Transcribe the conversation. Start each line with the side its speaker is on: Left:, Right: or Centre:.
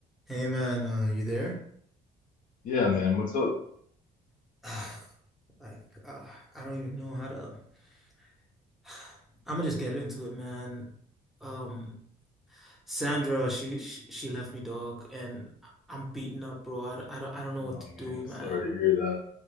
Centre: Hey man, uh, you there?
Left: Yeah, man. What's up?
Centre: <sighs> Ah, Like, uh, I don't even know how to. <sighs> I'm gonna just get into it, man. Um, Sandra, she she, she left me, dog, and I'm beaten up, bro. I, don't- I don't I don't know what
Left: Oh
Centre: to
Left: man,
Centre: do,
Left: I'm
Centre: man.
Left: sorry to hear that.